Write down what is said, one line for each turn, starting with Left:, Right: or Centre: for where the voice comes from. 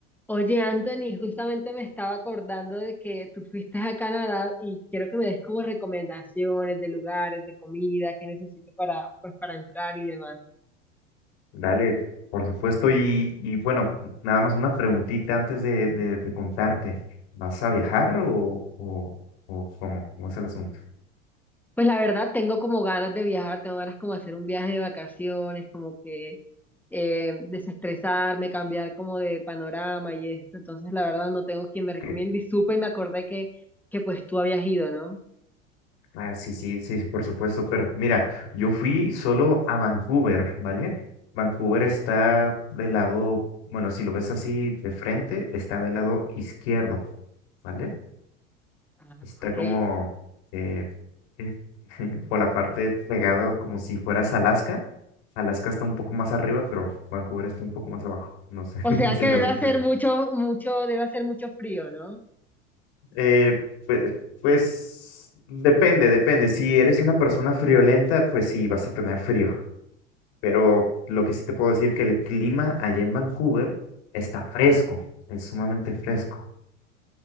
Centre: Oye, Anthony, justamente me estaba acordando de que tú fuiste a Canadá y quiero que me des como recomendaciones de lugares, de comida, que necesito para, pues, para entrar y demás.
Left: Dale, por supuesto. Y, y bueno, nada más una preguntita antes de, de, de contarte. ¿Vas a viajar o, o, o cómo? ¿Cómo es el asunto?
Centre: Pues la verdad, tengo como ganas de viajar, tengo ganas como hacer un viaje de vacaciones, como que eh, desestresarme, cambiar como de panorama y esto. Entonces, la verdad, no tengo quien me recomiende
Left: ¿Qué?
Centre: y supe y me acordé que, que pues tú habías ido, ¿no?
Left: Ah, sí, sí, sí, sí, por supuesto. Pero mira, yo fui solo a Vancouver, ¿vale? Vancouver está del lado, bueno, si lo ves así de frente, está del lado izquierdo, ¿vale?
Centre: Ah,
Left: Está
Centre: ok.
Left: como eh, eh, <laughs> por la parte pegado como si fueras Alaska. Alaska está un poco más arriba, pero Vancouver está un poco más abajo. No sé <laughs>
Centre: O sea
Left: si
Centre: que
Left: me
Centre: debe
Left: doy a
Centre: hacer
Left: entender.
Centre: mucho, mucho, debe hacer mucho frío, ¿no?
Left: Eh, pues, pues, depende, depende. Si eres una persona friolenta, pues sí, vas a tener frío. Pero lo que sí te puedo decir que el clima allá en Vancouver está fresco, es sumamente fresco.